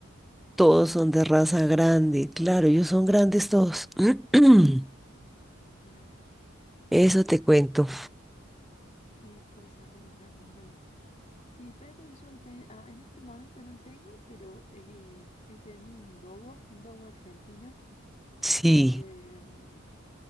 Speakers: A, in the centre; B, on the left (about 35°).
A: <laughs> Todos son de raza grande. Claro, ellos son grandes todos. <clears throat>
B: Claro,
A: Eso te cuento.
B: qué cosa con los animales. Sí, perros yo he te- ah, en este momento no tengo, pero eh, he tenido un dogo, un dogo argentino.
A: Sí,
B: Em,